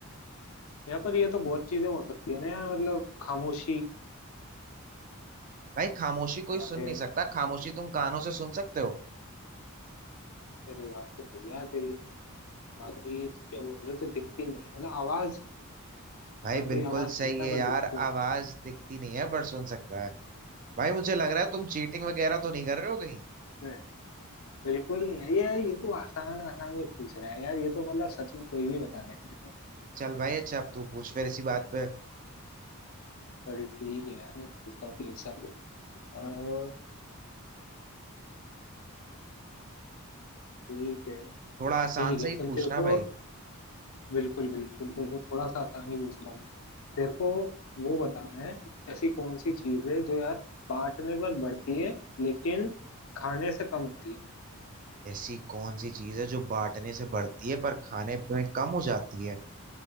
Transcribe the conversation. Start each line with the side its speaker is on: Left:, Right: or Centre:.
Left: यहाँ पर ये तो बहुत चीजें हो सकती है ना यार मतलब खामोशी
Right: भाई खामोशी कोई
Left: या
Right: सुन
Left: फिर
Right: नहीं सकता खामोशी तुम कानों से सुन सकते हो
Left: तेरी बात तो सही है यार तेरी बाकी तू क्या बोल रहे हो जो दिखती नहीं है मतलब आवाज
Right: भाई
Left: हर
Right: बिल्कुल
Left: कोई आवाज सुनता
Right: सही है
Left: है पर
Right: यार
Left: दिखती नहीं
Right: आवाज दिखती नहीं है पर सुन सकता है भाई मुझे लग रहा है तुम चीटिंग वगैरह तो नहीं कर रहे हो कहीं
Left: है बिल्कुल नहीं है ये ये तो आसान आसान ही पूछ रहा है यार ये तो मतलब सच में कोई भी बता देगा
Right: चल भाई अच्छा अब तू पूछ फिर इसी बात पे
Left: चल ठीक है यार गुस्सा तेरे साथ हाँ, ठीक है
Right: थोड़ा
Left: ठीक
Right: आसान से
Left: है
Right: ही पूछना
Left: चल तेरे को
Right: भाई
Left: बिल्कुल बिल्कुल तेरे से थोड़ा सा आसानी पूछता हूँ तेरे को वो बताना है ऐसी कौन सी चीज है जो यार बांटने पर बढ़ती है लेकिन खाने से कम होती है
Right: ऐसी कौन सी चीज है जो बांटने से बढ़ती है पर खाने में कम हो जाती है